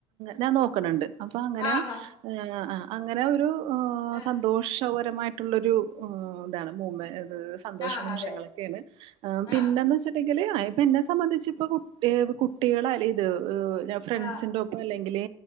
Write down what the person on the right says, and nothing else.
ഞാൻ നോക്ക്ണ് ണ്ട് അപ്പേ അങ്ങനെ
ആ അങ്ങനെ ഒരു
സന്തോഷപരമായിട്ട് ട്ട്ള്ള രു ഇതാണ് മൂ മെ ഇത് സന്തോഷ
നിമിഷങ്ങളൊക്കെയാണ്
പിന്നെന്ന്
വെച്ച ട്ടങ്കില് പ്പം എന്നെ സംബന്ധിച്ച് പ്പം കുട്ടി കുട്ടികളല്ല ഇത് ലവ്വ് ഫ്രണ്ട്സിന്റെ
ഒപ്പം അല്ലെങ്കില്